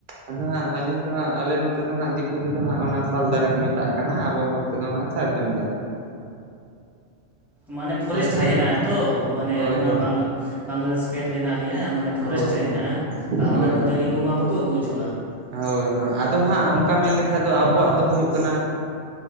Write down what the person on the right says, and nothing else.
ᱟᱫᱚ ᱦᱟᱸᱜ ᱟᱹᱞᱤᱧ ᱫᱚ ᱦᱟᱸᱜ ᱟᱞᱮ ᱱᱚᱛᱮ ᱫᱚ ᱦᱟᱸᱜ ᱫᱤᱠᱩ ᱛᱮᱫᱚ ᱦᱟᱸᱜ ᱚᱱᱟ ᱥᱟᱞ ᱫᱟᱨᱮ ᱠᱚ ᱢᱮᱛᱟᱜ ᱠᱟᱱᱟ ᱟᱵᱚ ᱦᱚᱲ ᱱᱮᱛᱮ ᱫᱚ ᱦᱟᱸᱜ ᱥᱟᱨᱡᱚᱢ ᱫᱟᱨᱮ ᱾
ᱥᱟᱨᱡᱚᱢ
ᱦᱳᱭ
ᱦᱳᱭ
ᱦᱳᱭ
ᱦᱳᱭ
ᱦᱳᱭ
ᱦᱳᱭ
ᱦᱳᱭ ᱦᱳᱭ ᱟᱫᱚ ᱦᱟᱸᱜ ᱚᱱᱠᱟ ᱢᱮᱱ ᱞᱮᱠᱷᱟᱱ ᱫᱚ ᱟᱵᱚᱣᱟᱜ ᱫᱚ ᱦᱩᱭᱩᱜ ᱠᱟᱱᱟ